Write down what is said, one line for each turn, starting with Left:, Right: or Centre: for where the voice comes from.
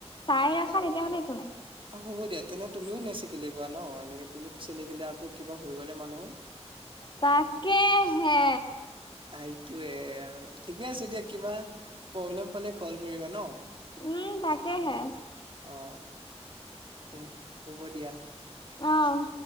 Left: টাই ৰাখা তেতিয়া হ'লে একো নাই।
Right: অঁ হ'ব দিয়া। তেনে তুমিও নেচেকেলিবা ন'। এনেকে তুমি চে লেকিলে আকৌ কিবা হৈ গ'লে মানুহৰ
Left: তাকেহে।
Right: সেইটোৱে আৰু ঠিকে আছে দিয়া। কিবা প্ৰব্লেম পালে কল কৰিবা ন'?
Left: উম তাকেহে
Right: অঁ অঁ উম, হ'ব দিয়া।
Left: অঁ